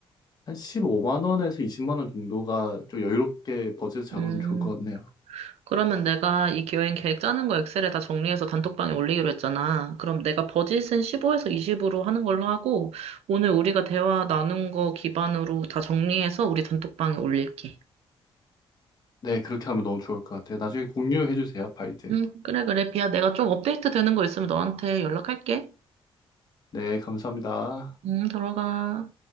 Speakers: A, on the left; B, on the right.
A: 한 15만 원에서 20만 원 정도가 좀 여유롭게 버젯 잡으면
B: 음.
A: 좋을 것 같네요.
B: 그러면 내가 이 여행 계획 짜는 거 엑셀에 다 정리해서 단톡방에 올리기로 했잖아. 그럼 내가 버짓은 15에서 20으로 하는 걸로 하고, 오늘 우리가 대화 나눈 거 기반으로 다 정리해서 우리 단톡방에 올릴게.
A: 네, 그렇게 하면 너무 좋을 것 같아요. 나중에 공유해 주세요, 파일들.
B: 음, 그래, 그래. 비야, 내가 좀 업데이트 되는 거 있으면 너한테 연락할게.
A: 네, 감사합니다.
B: 음, 들어가.